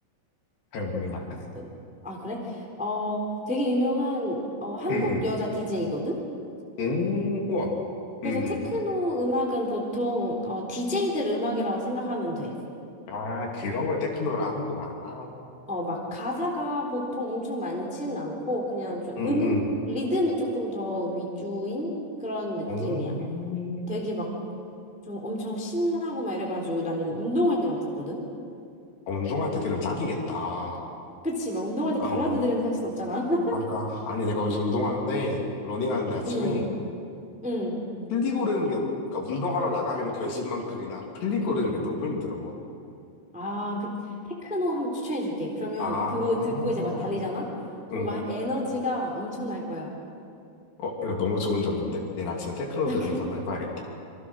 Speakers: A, on the left; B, in the centre.
A: 잘 몰라.
B: 그- 아, 그래? 어, 되게 유명한, 어, 한국
A: 응,
B: 여자 DJ거든?
A: 응, 음, 우와,
B: 그래서
A: 응, 응.
B: 테크노 음악은 보통 어, DJ들 음악이라고 생각하면 돼.
A: 아, 그런 걸 테크노로 하는구나. 아,
B: 어, 막 가사가 보통 엄청 많진 않고 그냥 좀
A: 응,
B: 음?
A: 응.
B: 리듬이 조금 더 위주인 그런 느낌이야.
A: 음,
B: 되게 막 좀 엄청 신나고 막 이래가지고 난 이거 운동할 때 막 듣거든?
A: 운동할 때 들으면 딱이겠다.
B: 그치, 막 운동할 때
A: 어,
B: 발라드 들으면 서 할 순 없잖아. <laughs>
A: 아까 아니 내가 요즘 운동하는데 러닝하는데 아침에
B: 응, 응.
A: 플리 고르는 게 그러니까 운동하러 나가기는 결심만큼이나 플리 고르는 게 너무 힘들어.
B: 아, 그 테크노 한번 추천해 줄게. 그러면
A: 아,
B: 그거 듣고 이제 막 달리잖아? 그럼
A: 응.
B: 막 에너지가 엄청날 거야.
A: 어, 이거 너무 좋은 정보인데? 내일 아침에 테크노
B: <laughs>
A: 들으면서
B: 그-
A: 한번 해봐야겠다.